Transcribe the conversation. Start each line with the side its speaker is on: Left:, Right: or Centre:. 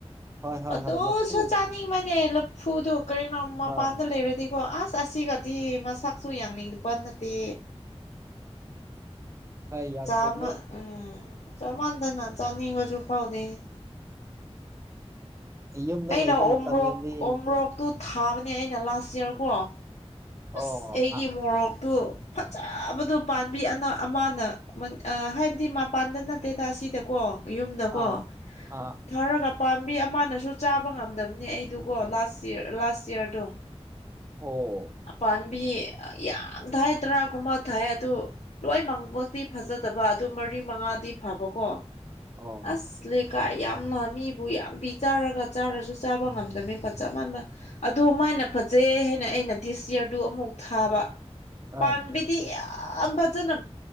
Right: ꯍꯣꯏ ꯍꯣꯏ
Left: ꯑꯗꯨꯣꯁꯨ
Right: ꯍꯣꯏ ꯂꯐꯨ
Left: ꯆꯥꯅꯤꯡꯕꯅꯦ ꯂꯐꯨꯗꯣ ꯀꯔꯤꯅꯣ ꯃꯄꯥꯟꯗ
Right: ꯍꯣꯏ
Left: ꯂꯩꯔꯗꯤ ꯀꯣ ꯑꯁ ꯑꯁꯤꯒꯗꯤ ꯃꯁꯛꯁꯨ ꯌꯥꯡꯅꯤꯡꯗꯤ ꯄ ꯅꯠꯇꯦ
Right: ꯍꯣꯏ ꯌꯥꯝ
Left: ꯆꯥꯃ
Right: ꯆꯨꯝꯃꯦ
Left: ꯎꯝ ꯆꯥ ꯃꯥꯟꯗꯅ ꯆꯥꯅꯤꯡꯕꯁꯨ ꯐꯥꯎꯗꯦ
Right: ꯌꯨꯝꯗ
Left: ꯑꯩꯅ
Right: ꯂꯩꯕ
Left: ꯑꯣꯝ꯭ꯔꯛ
Right: ꯃꯇꯝꯗꯗꯤ
Left: ꯑꯣꯝ꯭ꯔꯛ ꯇ ꯊꯥꯕꯅꯦ ꯑꯩꯅ ꯂꯥꯁ ꯏꯌꯥꯔꯀꯣ
Right: ꯑꯣ
Left: ꯑꯁ ꯑꯩꯒꯤ
Right: ꯑꯥ
Left: ꯃꯣꯔꯣꯛꯇꯨ ꯐꯖꯕꯗꯣ ꯄꯥꯝꯕꯤ ꯑꯅ ꯑꯃꯅ ꯍꯥꯏꯕꯗꯤ ꯃꯄꯥꯟꯗ ꯅꯠꯇꯦꯗ ꯑꯁꯤꯗꯀꯣ ꯌꯨꯝꯗꯀꯣ
Right: ꯑꯥ ꯑꯥ
Left: ꯊꯔꯒ ꯄꯥꯝꯕꯤ ꯑꯃꯅꯁꯨ ꯆꯥꯕ ꯉꯝꯗꯕꯅꯦ ꯑꯩꯗꯨꯒꯣ ꯂꯥꯁ ꯂꯥꯁ ꯌꯤꯌꯥꯔꯗꯣ
Right: ꯑꯣ
Left: ꯑꯄꯥꯅꯤ ꯃꯤ ꯌꯥꯝ ꯊꯥꯏ ꯇꯔꯥꯒꯨꯝꯕ ꯊꯥꯏ ꯑꯗꯨ ꯂꯣꯏ ꯃꯪꯕ ꯇꯤ ꯐꯖꯗꯕ ꯑꯗꯨ ꯃꯔꯤ ꯃꯉꯥꯗꯤ ꯐꯕꯀꯣ
Right: ꯑꯣ
Left: ꯑꯁ ꯂꯩ ꯂꯩꯀꯥꯏ ꯌꯥꯝꯅ ꯃꯤꯕꯨ ꯌꯥꯝ ꯄꯤ ꯆꯥꯔꯒ ꯆꯥꯔꯁꯨ ꯆꯥꯕ ꯉꯝꯗꯃꯦ ꯐꯖ ꯃꯟꯕ ꯑꯗ ꯃꯥꯏꯅ ꯐꯖꯩ ꯍꯥꯏꯅ ꯑꯩꯅ ꯗꯤꯁ ꯌꯔꯗꯨ ꯑꯃꯨꯛ ꯊꯥꯕ ꯄꯥꯝꯕꯤꯗꯤ
Right: ꯑꯥ
Left: ꯌꯥꯝ ꯐꯖꯅ